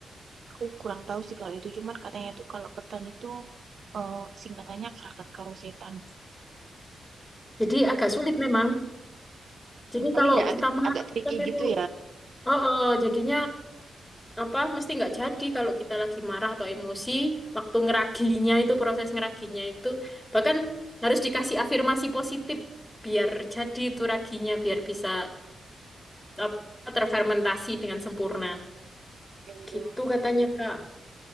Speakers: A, on the right (about 65°); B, on the left (about 15°).
A: Aku kurang tahu sih kalau itu, cuman katanya tuh kalau ketan itu eh, singkatannya kerakat karo setan.
B: Jadi agak sulit memang. Jadi
A: Ini
B: kalau
A: ya agak,
B: kita marah,
A: agak tricky
B: kita gitu
A: gitu ya.
B: Oh, oh, jadinya apa mesti nggak jadi kalau kita lagi marah atau emosi waktu ngeraginya itu proses ngeraginya itu bahkan harus dikasih afirmasi positif biar jadi itu raginya biar bisa apa terfermentasi dengan sempurna
A: Hmm,
B: gitu katanya Kak